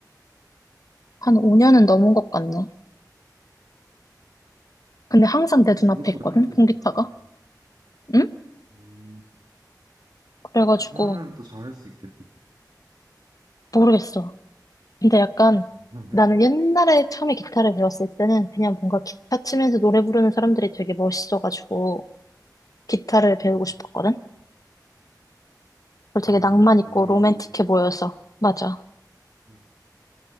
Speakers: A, on the left; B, on the right.
A: 한 5년은 넘은 것 같네. 근데 항상 내
B: 근데
A: 눈앞에
B: 그것도
A: 있거든,
B: 얼마 되진
A: 통기타가.
B: 않은데.
A: 응?
B: 음,
A: 그래가지고
B: 다시 하면 또 잘할 수 있겠다.
A: 모르겠어. 근데 약간
B: <laughs>
A: 나는 옛날에 처음에 기타를 배웠을 때는 그냥 뭔가 기타 치면서 노래 부르는 사람들이 되게 멋있어가지고 기타를 배우고
B: 음,
A: 싶었거든. 그리고 되게
B: 음,
A: 낭만 있고
B: 낭만적인.
A: 로맨틱해 보여서. 맞아.
B: 음.